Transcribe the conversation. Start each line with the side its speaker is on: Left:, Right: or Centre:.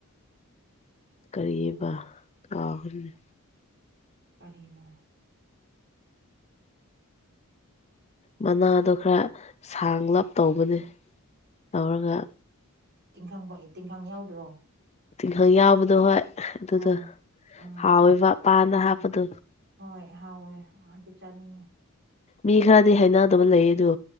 Left: ꯀꯔꯤꯑꯕ ꯀꯥꯎꯈ꯭ꯔꯦꯅꯤ
Right: ꯀꯔꯤꯅꯣ
Left: ꯃꯅꯥꯗꯣ ꯈꯔ ꯁꯥꯡꯂꯞ ꯇꯧꯕꯅꯦ ꯇꯧꯔꯒ
Right: ꯇꯤꯡꯈꯪ ꯐ ꯇꯤꯡꯈꯪ ꯌꯥꯎꯗ꯭ꯔꯣ
Left: ꯇꯤꯡꯈꯪ ꯌꯥꯎꯕꯗꯣ ꯍꯣꯏ ꯑꯗꯨꯗꯣ
Right: ꯑꯥꯎ ꯎꯝ
Left: ꯍꯥꯎꯋꯦꯕ ꯄꯥꯟꯗ
Right: ꯎꯝ
Left: ꯍꯥꯞꯄꯗꯣ
Right: ꯍꯣꯏ ꯍꯥꯎꯋꯦ ꯑꯗꯨ ꯆꯥꯅꯤꯡꯉꯦ
Left: ꯃꯤ ꯈꯔꯗꯤ ꯍꯥꯏꯅꯗꯕ ꯂꯩꯌꯦ ꯑꯗꯨ